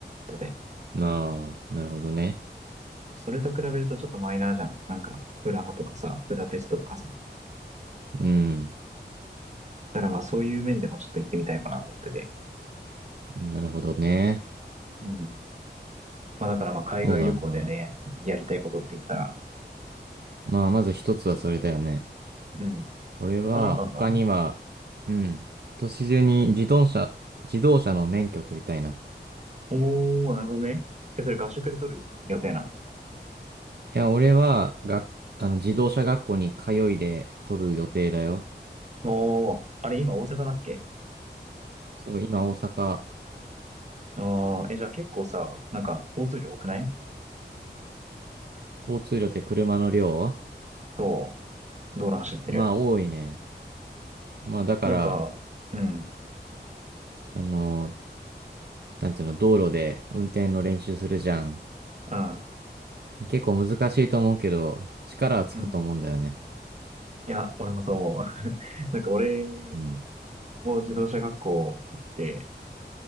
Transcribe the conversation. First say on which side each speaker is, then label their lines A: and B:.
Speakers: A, on the right; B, on the right.
A: とで、
B: ああ、なるほどね。
A: それと比べるとちょっとマイナーじゃん。なんか、プラハとかさ、ブダペストとかさ。
B: うん。
A: だからまあそういう面でもちょっと行ってみたいかなと思ってて。
B: なるほどね。
A: うん。まあだからまあ海外旅行でね、
B: そうだな。
A: やりたいことって言ったら、
B: まあ、まず一つはそれだよね。
A: うん。
B: 俺は他には、
A: 他なんかあんの
B: うん。今年中に自動車、自動車の免許を取りたいな。
A: おー、なるほどね。え、それ合宿で取る予定な。
B: いや、俺は、が、あの、自動車学校に通いで取る予定だよ。
A: おー、あれ今大阪だっけ
B: そう、今大阪、
A: あー、え、じゃあ結構さ、なんか交通量多くない
B: 交通量って車の量
A: そう、道路走ってる。
B: まあ、多いね。まあ、だから、
A: なんか、うん、
B: あの、なんていうの、道路で運転の練習するじゃん。
A: あ
B: 結構難しいと思うけど、力はつくと思うんだよね。
A: ー、うん。いや、俺もそう。<laughs> なんか俺
B: うん。
A: も自動車学校行って、